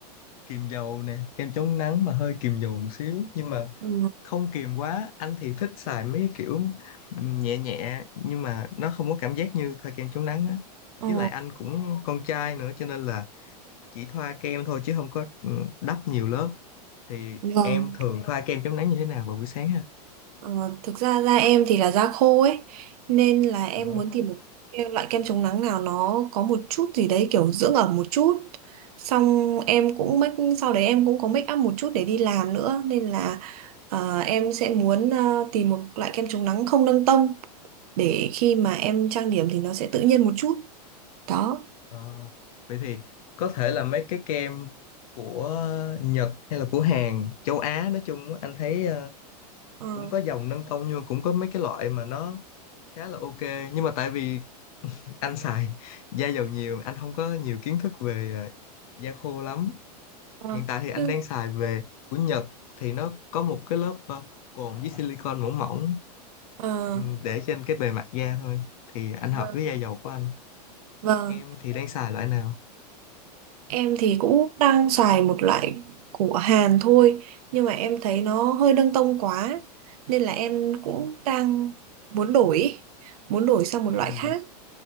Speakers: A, on the left; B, on the right.
A: kiềm dầu nè, kem chống nắng mà hơi kiềm dầu một xíu nhưng mà
B: Ừ.
A: không kiềm quá. Anh thì thích xài mấy cái kiểu nhẹ nhẹ nhưng mà nó không có cảm giác như thoa kem chống nắng á.
B: Ờ.
A: Với lại anh cũng con trai nữa cho nên là chỉ thoa kem thôi chứ không có ừ, đắp nhiều lớp. Thì
B: vâng.
A: em thường thoa kem chống nắng như thế nào vào buổi sáng ha?
B: Ờ, thực ra da em thì là da khô ấy nên là em
A: Ờ,
B: muốn tìm một cái loại kem chống nắng nào nó có một chút gì đấy kiểu dưỡng ẩm một chút xong em cũng make sau đấy em cũng có make up một chút để đi làm nữa nên là ờ, em sẽ muốn ờ, tìm một loại kem chống nắng không nâng tông để khi mà em trang điểm thì nó sẽ tự nhiên một chút đó
A: ờ. Vậy thì có thể là mấy cái kem của Nhật hay là của Hàn, châu Á nói chung á, anh thấy ờ,
B: Ờ,
A: cũng có dòng nâng tông nhưng mà cũng có mấy cái loại mà nó khá là ok nhưng mà tại vì anh xài da dầu nhiều anh không có nhiều kiến thức về ờ, da khô lắm
B: ờ,
A: hiện tại thì anh
B: nhưng
A: đang xài về của Nhật thì nó có một cái lớp ờ, cồn với silicon mỏng mỏng
B: ờ,
A: ừm, để trên cái bề mặt da thôi thì anh
B: vâng
A: hợp với da dầu của anh
B: vâng
A: em thì đang xài loại nào
B: Em thì cũng đang xài một loại của Hàn thôi nhưng mà em thấy nó hơi nâng tông quá nên là em cũng đang muốn đổi muốn đổi sang một
A: Ừ.
B: loại khác